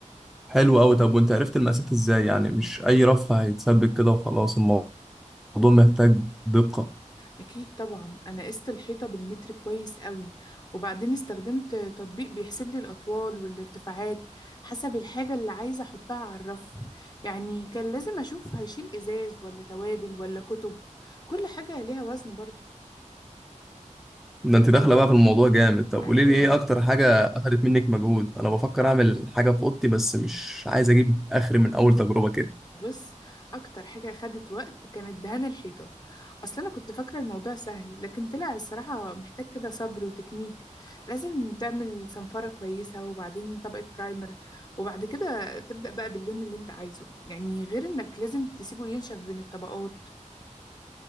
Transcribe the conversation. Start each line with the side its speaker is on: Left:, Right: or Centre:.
Centre: حلو قوي طب وانت عرفت المقاسات ازاي يعني مش اي رف هيتثبت كده وخلاص الموضوع محتاج دقة
Left: أكيد طبعا أنا قست الحيطة بالمتر كويس قوي وبعدين استخدمت تطبيق بيحسب لي الأطوال والارتفاعات حسب الحاجة اللي عايزة أحطها على الرف يعني كان لازم أشوف هيشيل إزاز ولا توابل ولا كتب كل حاجة ليها وزن برضو
Centre: ده انت داخله بقى في الموضوع جامد طب
Left: أيوة
Centre: قولي لي ايه اكتر حاجه اخدت منك مجهود انا بفكر اعمل حاجه في اوضتي بس مش عايز اجيب اخري من اول تجربه كده
Left: بص اكتر حاجة خدت وقت كانت دهان الحيطة اصل انا كنت فاكرة الموضوع سهل لكن طلع الصراحة محتاج كده صبر وتكنيك لازم تعمل صنفرة كويسة وبعدين طبقة برايمر وبعد كده تبدأ بقى باللون اللي انت عايزه يعني غير انك لازم تسيبه ينشف بين الطبقات